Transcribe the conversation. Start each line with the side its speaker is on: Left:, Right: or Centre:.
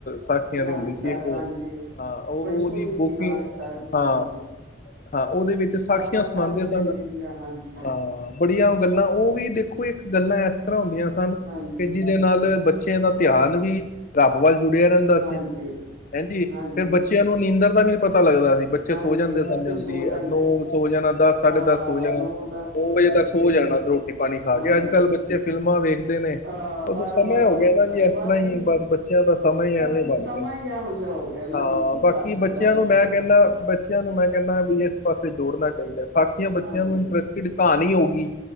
Left: ਸਾਖੀ।
Right: ਨਾਨਕਸਰ
Left: ਦੇ ਹੁੰਦੇ ਸੀ ਉਹ
Right: ਹਾਂਜੀ
Left: ਹਾਂ ਉਹ
Right: ਬੜੀ ਸੋਹਣੀ
Left: ਉਹਦੀ
Right: ਸੀ
Left: ਬੁੱਕ
Right: ਨਾਨਕਸਰ ਗੁਰੂ
Left: ਹਾਂ।
Right: ਹਾਂਜੀ
Left: ਹਾਂ ਉਹਦੇ ਵਿੱਚ ਸਾਖੀਆਂ
Right: ਬਾਬਾ ਸਾਧੂ
Left: ਸੁਣਾਉਂਦੇ ਸਨ
Right: ਸਿੰਘ ਜੀ ਦੀਆਂ ਹਾਂਜੀ
Left: ਹਾਂ। ਬੜੀਆਂ ਗੱਲਾਂ ਉਹ ਵੀ ਦੇਖੋ ਇੱਕ ਗੱਲਾਂ ਇਸ ਤਰ੍ਹਾਂ ਹੁੰਦੀਆਂ ਸਨ
Right: ਹਾਂਜੀ
Left: ਕਿ ਜਿਹਦੇ ਨਾਲ ਬ ਬੱਚਿਆਂ ਦਾ ਧਿਆਨ ਵੀ ਰੱਬ ਵੱਲ ਜੁੜਿਆ ਰਹਿੰਦਾ ਸੀ।
Right: ਹਾਂਜੀ
Left: ਹਂਜੀ,
Right: ਹਾਂਜੀ
Left: ਫੇਰ ਬੱਚਿਆਂ ਨੂੰ ਨੀਂਦਰ ਦਾ ਵੀ ਨਹੀ ਪਤਾ ਲੱਗਦਾ ਸੀ। ਬੱਚੇ
Right: ਹਾਂਜੀ
Left: ਸੋ ਜਾਂਦੇ
Right: ਬੱਚੇ
Left: ਸਨ ਜਲਦੀ
Right: ਸੋ ਜਾਂਦੇ
Left: ਨੌ
Right: ਸੀ
Left: ਸੋ ਜਾਣਾ ਦਸ ਸਾਢੇ
Right: ਹਾਂ
Left: ਦਸ ਹੋ ਜਾਣਾ ਨੌ
Right: ਦਸ ਹੋ ਜਾਣਾ
Left: ਵਜੇ ਤੱਕ
Right: ਸਹੀ
Left: ਹੋ ਜਾਣਾ
Right: ਗੱਲ
Left: ਰੋਟੀ ਪਾਣੀ ਖਾ
Right: ਹਾਂਜੀ
Left: ਕੇ ਅੱਜ ਕੱਲ ਬੱਚੇ ਫਿਲਮਾਂ ਵੇਖਦੇ ਨੇ
Right: ਅ
Left: ਬਸ
Right: ਬਾਰਾਂ
Left: ਉਹ ਸਮੇਾਂ
Right: ਬਾਰਾਂ
Left: ਹੋ
Right: ਵਜੇ
Left: ਗਿਆ ਨਾ
Right: ਤੱਕ
Left: ਜੀ, ਇਸ ਤਰ੍ਹਾਂ ਹੀ
Right: ਜੀ
Left: ਬਸ ਬੱਚਿਆਂ ਦਾ ਸਮਾਂ ਹੀ ਐਵੇਂ
Right: ਜੀ
Left: ਬਸ
Right: ਸਮਾਂ ਹੀ ਇਹੋ ਜਿਹਾ ਹੋ ਗਿਆ ਨਾ
Left: ਹਾਂ
Right: ਜੀ ਕੀ
Left: ਬਾਕੀ
Right: ਕਰ ਸਕਦਾ
Left: ਬੱਚਿਆਂ
Right: ਬੰਦਾ
Left: ਨੂੰ ਮੈਂ ਕਹਿੰਦਾ ਬਚ ਬੱਚਿਆਂ ਨੂੰ ਮੈਂ ਕਹਿੰਦਾ ਵੀ ਇਸ ਪਾਸੇ ਜੋੜਨਾ ਚਾਹੀਦਾ ਸਾਖੀਆਂ ਬੱਚਿਆਂ
Right: ਹਾਂਜੀ
Left: ਨੂੰ ਇੰਟਰਸਟਿਡ ਕਹਾਣੀ ਹੋਗੀ।